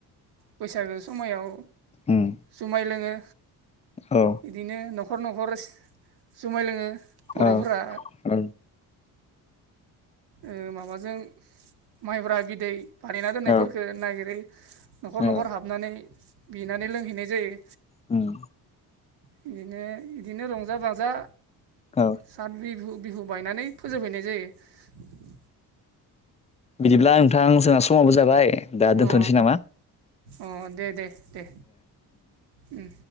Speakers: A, on the right; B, on the left.
A: बैसागो समायाव
B: उम
A: जुमाय लोङो
B: औ
A: इदिनो न'खर न'खर जुमाय लोङो बर'फोरा
B: औ औ
A: ओ माबाजों माइब्रा बिदै बानायना दोननायफोरखो
B: औ
A: नागिरै न'खर
B: औ
A: न'खर हाबनानै बिनानै लोंहैनाय जायो
B: उम
A: बिदिनो बिदिनो रंजा बाजा
B: औ
A: साथ बिबु बिहु बायनानै फोजोबहैनाय जायो।
B: बिदिब्ला नोंथां जोंना समाबबो जाबाय दा दोन्थ'नोसै
A: अ
B: नामा?
A: अ दे दे दे उ